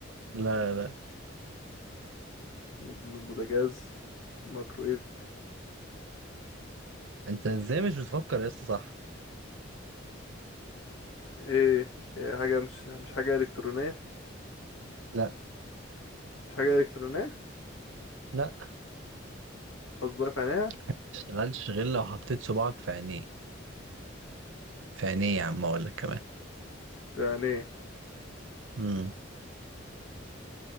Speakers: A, on the right; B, on the left.
A: لا لا
B: من البوتاجاز ميكرويف
A: أنت إزاي مش بتفكر يا اسطى صح
B: ايه هي حاجة مش مش حاجة إلكترونية
A: لا
B: مش حاجة إلكترونية
A: لا
B: خلاص بقى في عينيها
A: ما تشتغلش غير لو حطيت صباعك في عينيه في عينيه يا عم أقول لك كمان
B: في عينيه
A: امم